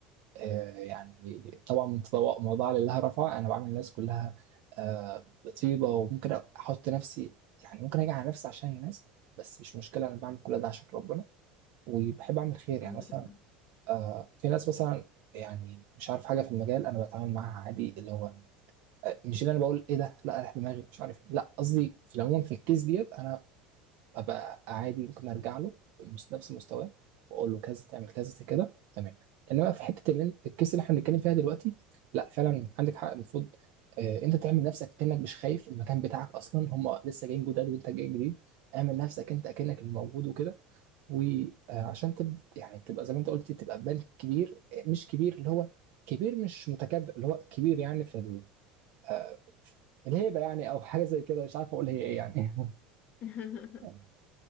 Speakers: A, on the right; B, on the left.
A: آه، يعني طبعا تضوء- موضوع لله رفع انا بعمل الناس كلها آه، بطيبه وممكن احط نفسي يعني ممكن اجي على نفسي عشان الناس بس مش مشكله انا بعمل كل ده عشان ربنا وبحب اعمل خير
B: الحمد
A: يعني مثلا
B: لله
A: آه، في ناس مثلا يعني مش عارف حاجه في المجال انا بتعامل معاها عادي اللي هو آه، مش اللي انا بقول ايه ده لا راح دماغي مش عارف لا قصدي في العموم في الكيس ديت انا ابقى عادي ممكن ارجع له بمس- نفس مستواه واقول له كذا تعمل كذا كده تمام انما في حته اللي إن- الكيس اللي احنا بنتكلم فيها دلوقتي لا فعلا عندك حق المفروض آه، انت تعمل نفسك كانك مش خايف المكان بتاعك اصلا هم لسه جايين جداد وانت جاي جديد اعمل نفسك انت كانك اللي موجود وكده وعشان تبدا يعني تبقى زي ما انت قلت تبقى بنك كبير آه، مش كبير اللي هو كبير مش متكبر اللي هو كبير يعني في ال- آه، الهيبه يعني او حاجه زي كده مش عارف اقول هي ايه يعني
B: <laughs>
A: <laughs>